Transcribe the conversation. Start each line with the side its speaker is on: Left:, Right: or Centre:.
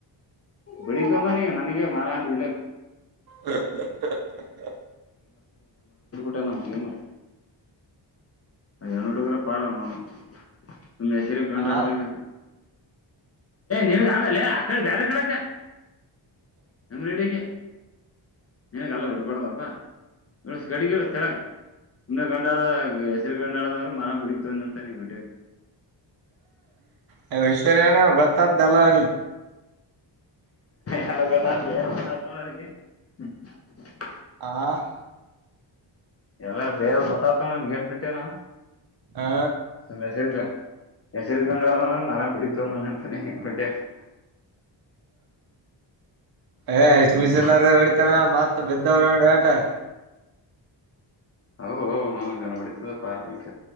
Left: ಇಂಡಿ ತಂದಾನಿ,, ನನಗೆ ಮಾರ, ಅಂತ, ವಿಡಿಯೋಕೂ. <inaudible>
Right: ಹ, ಹಾಆ. <unintelligible>
Left: ಊಟ, ನಮಗೆ, ಏನ್ ಮಾಡ್ತಿ, ಏನ್ ಹುಡುಗರಪ್ಪ. <unintelligible> ಸುಮ್ನೆ, ಹೆಸರಿಗೆ ಗಂಡು,
Right: ಆ
Left: ಹೊಡ್ದಂಗೆ, ನಿನಗೆ ಆಮೇಲೆ ಬೇರೆ ಕಡೆಗೆಕೆ. <inaudible> ನಂಗೆ ಡಿಕೆ. ಅದೆಲ್ಲನೆಲ, ಬಿಡಬಾರದಪ್ಪ. <inaudible> ಏನ್ ಸ್ಟಡಿ, ಅವರ್ಸ, ಸುಮ್ನೆ, ಗಂಡಾಳು, ಹಾ. <inaudible> ಅಡಂದ್ರೆ, ಮರ, ಪಿಡಗಿತ, ಅಂತಾನೆ, ವಿಡಿಯೋಗ. <inaudible>
Right: ಹೇ, ಇಷ್ಟು ಹೇಳಿದ್ನಲ್ಲ ಬರ್ತೀನಿ, ತಾಕೋಳಿ. <inaudible>
Left: ಹಲ್ಲೋ, ಗೊತ್ತಾಯ್ತು, ನೋಡಿ ಹೋಗಿ. <unintelligible>
Right: ಹಾ. <inaudible>
Left: ಎಲ್ಲ, ಬೇರೆ ಗೊತ್ತಾಗ್ತೊಂಡನ್ಗೆ! ಹೇಳ್ಬಿಟ್ಟೆನಾ. <inaudible>
Right: ಆ
Left: ಮೆಸೇಜ. <inaudible> ಮೆಸೇಜ್ ಇಟ್ಕೊಂಡು, ಅವರಿ, ನೋಡಿ, ನಾನು, ಇಟ್ಕೊಂಡವ್ನೆ, ಬೊಡಿಯಕ್ಕಾ. <inaudible>
Right: ಎ, ಆಸ್ಟುಬಿಸಿ,
Left: ಹ್ಮ್
Right: ಎಲ್ಲರಿ, ಒಡಿತಾರೆ? <unintelligible> ಮತ್ತ ಬಿದ್ದವರು ನೋಡಿಹೆಟ್ಟು. <inaudible>
Left: ಹ, ಹ,, ಗನ ಹೊಡಿತದ, ಪಾರುಮಿಕ್ಕ,